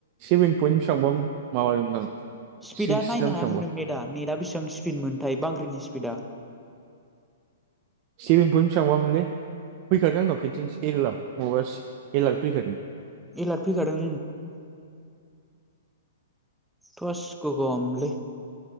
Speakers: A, on the right; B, in the centre.
A: सेभेन पयन्ट बेसेबांबा माबादोंदां
B: स्पिडा
A: सिक्स
B: नायनो
A: ना बेसेबांबा
B: हायामोन नों नेटा नेटा बेसिबां स्पिड मोनथाय बांग्रिनि स्पिडा
A: सेभेन पइन बेसेबांबा मोनलै फैखादों आंनाव खेथिनसे एलार्म माबा एलार्म फैखादों
B: एलार्ट फैखादों टस गोगोमलै